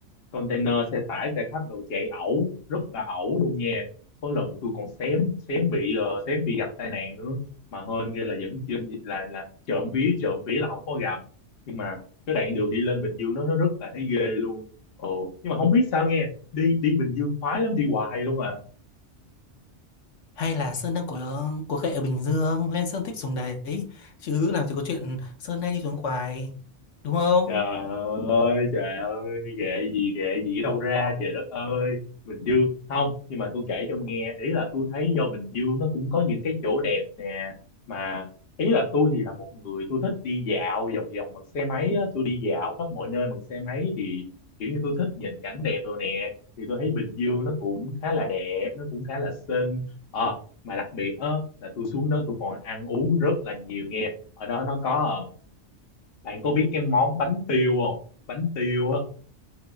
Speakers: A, on the left; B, on the left.
A: container xe tải xe khách đồ chạy ẩu rất là ẩu luôn nha có lần tôi còn xém xém bị ờ, xém bị gặp tai nạn nữa mà hên ghê là vẫn chưa là là trộm vía trộm vía là không có gặp nhưng mà cái đoạn đường đi lên Bình Dương nó nó rất là thấy ghê luôn ồ nhưng mà không biết sao nghe đi đi Bình Dương khoái lắm đi hoài luôn à
B: hay là Sơn đang có có khệ ở Bình Dương lên Sơn thích xuống đấy chứ làm gì có chuyện Sơn hay đi xuống Khoái đúng không
A: Trời ơi, trời ơi, ghệ gì ghệ gì ở đâu ra trời đất ơi. Bình Dương không, nhưng mà tôi kể cho nghe, ý là tôi thấy do Bình Dương nó cũng có những cái chỗ đẹp nè mà ý là tôi thì là một người tôi thích đi dạo vòng vòng bằng xe máy á, tôi đi dạo khắp mọi nơi bằng xe máy thì kiểu như tôi thích nhìn cảnh đẹp rồi nè, thì tôi thấy Bình Dương nó cũng khá là đẹp, nó cũng khá là xinh. Ờ mà đặc biệt á là tôi xuống đó tôi còn ăn uống rất là nhiều nghe. Ở đó nó có ờ, bạn có biết cái món bánh tiêu không? Bánh tiêu á,